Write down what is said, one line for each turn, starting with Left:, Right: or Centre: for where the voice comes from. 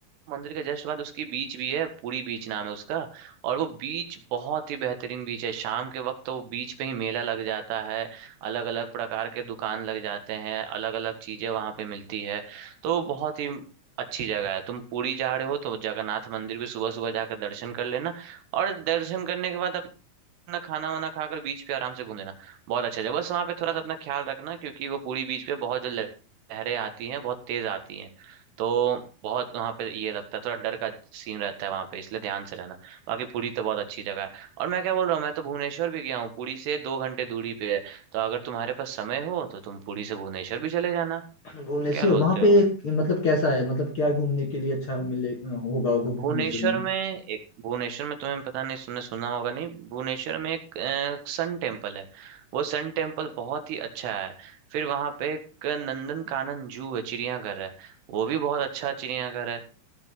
Right: मंदिर के जस्ट बाद उसकी बीच भी है पूरी बीच नाम है उसका और वो बीच बहुत ही बेहतरीन बीच है शाम के वक्त तो वो बीच पे ही मेला लग जाता है अलग अलग प्रकार के दुकान लग जाते हैं अलग अलग चीजें वहां पे मिलती है तो बहुत ही अच्छी जगह है तुम पुरी जा रहे हो तो जगन्नाथ मंदिर भी सुबह सुबह जाकर दर्शन कर लेना और दर्शन करने के बाद अपना खाना वाना खाकर बीच पे आराम से घूम लेना बहुत अच्छा जगह बस वहाँ पे थोड़ा सा अपना ख्याल रखना क्योंकि वो पूरी बीच पे बहुत जो लह- लहरें आती हैं बहुत तेज आती हैं तो बहुत वहाँ पे ये लगता है थोड़ा डर का सीन रहता है वहाँ पे इसलिए ध्यान से रहना बाकी पुरी तो बहुत अच्छी जगह है और मैं क्या बोल रहा हूँ मैं तो भुवनेश्वर भी गया हूँ पुरी से दो घंटे दूरी पे है तो अगर तुम्हारे पास समय हो तो तुम पुरी से भुवनेश्वर भी चले जाना
Left: भुवनेश्वर
Right: क्या बोलते
Left: वहां
Right: हो
Left: पे मतलब कैसा है मतलब क्या घूमने के लिए अच्छा मिले होगा वो
Right: भुवनेश्वर
Left: भुवनेश्वर में
Right: में एक भुवनेश्वर में तुम्हें पता नहीं सुनने सुना होगा नहीं भुवनेश्वर में एक अ, सन टेम्पल है वो सन टेम्पल बहुत ही अच्छा है फिर वहाँ पे एक नंदन कानन जू है चिड़ियाघर है वो भी बहुत अच्छा चिड़ियाघर है